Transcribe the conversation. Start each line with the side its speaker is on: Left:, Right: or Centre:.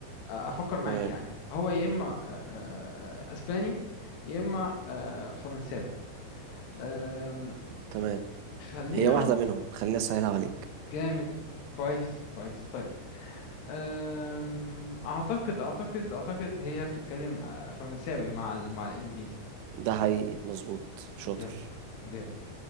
Left: أه، افكر معاك
Right: تمام
Left: يعني هو يا اما أه، أه، أه، آه، اسباني يا اما أه، فرنساوي أم،
Right: تمام
Left: خليني
Right: هي واحدة
Left: اقول
Right: منهم خليني أسهلها عليك
Left: جامد كويس كويس طيب أم... اعتقد اعتقد اعتقد هي بتتكلم آه، فرنساوي مع ال... مع الانجليزي
Right: ده حقيقي مظبوط شاطر
Left: جامد جامد